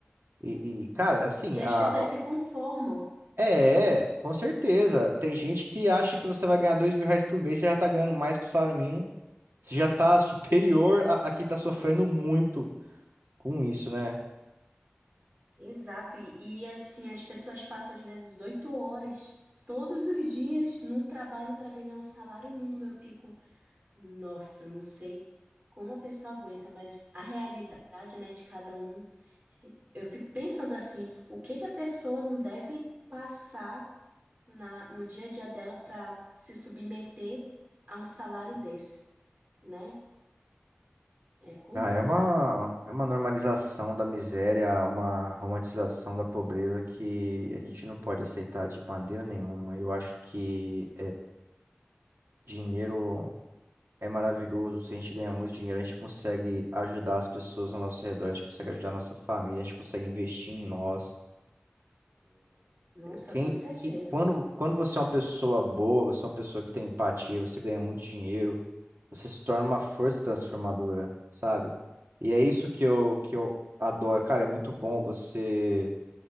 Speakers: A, on the right; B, on the right.
A: E, e, cara, assim,
B: E as
A: a,
B: pessoas se conformam.
A: é, é, com certeza. Tem gente que acha que você vai ganhar dois mil reais por mês, você já tá ganhando mais que o salário mínimo. Você já tá superior a, a quem tá sofrendo muito com isso, né?
B: Exato, e, e assim, as pessoas passam às vezes oito horas todos os dias num trabalho para ganhar um salário mínimo. Eu fico, nossa, eu não sei como a pessoa aguenta, mas a realidade, né, de cada um, eu fico pensando assim, o que que a pessoa não deve passar na, no dia a dia dela para se submeter a um salário desse, né? É complicado.
A: Ah, é uma, é uma normalização da miséria, uma romantização da pobreza que a gente não pode aceitar de maneira nenhuma. Eu acho que dinheiro. é maravilhoso. Se a gente ganhar muito dinheiro, a gente consegue ajudar as pessoas ao nosso redor, a gente consegue ajudar a nossa família, a gente consegue investir em nós.
B: Nossa,
A: Quem,
B: com certeza.
A: que, quando, quando você é uma pessoa boa, você é uma pessoa que tem empatia, você ganha muito dinheiro, você se torna uma força transformadora, sabe? E é isso que eu, que eu adoro. Cara, é muito bom você.